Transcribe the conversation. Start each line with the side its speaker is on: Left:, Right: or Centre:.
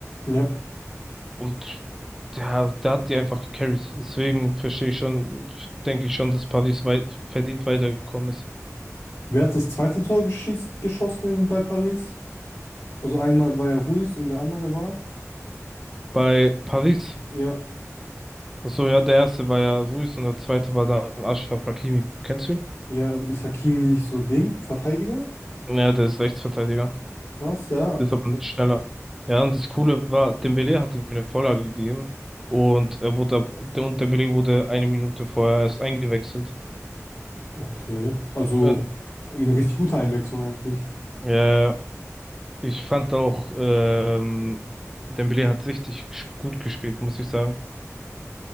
Left: Ja.
Centre: und der, der hat die einfach gecarried. Deswegen verstehe ich schon, denke ich schon, dass Paris weit, verdient weitergekommen ist.
Left: Wer hat das zweite Tor geschieß, geschossen in, bei Paris? Also einmal war ja Ruiz und der andere war.
Centre: Bei Paris
Left: Ja.
Centre: Ach so, ja, der erste war ja Ruiz und der zweite war dann Ashraf Hakimi. Kennst du ihn?
Left: Ja, ist Hakimi nicht so Ding? Verteidiger?
Centre: Ja, der ist Rechtsverteidiger.
Left: Krass, ja. Also,
Centre: Ist aber schneller. Ja, und das Coole war, Dembélé hat ihm eine Vorlage gegeben. Und er wurde, ab- und Dembélé wurde eine Minute vorher erst eingewechselt.
Left: okay. Also
Centre: Und,
Left: eine richtig gute Einwechslung eigentlich.
Centre: äh, ich fand auch, ähm, Dembélé hat richtig ges- gut gespielt, muss ich sagen.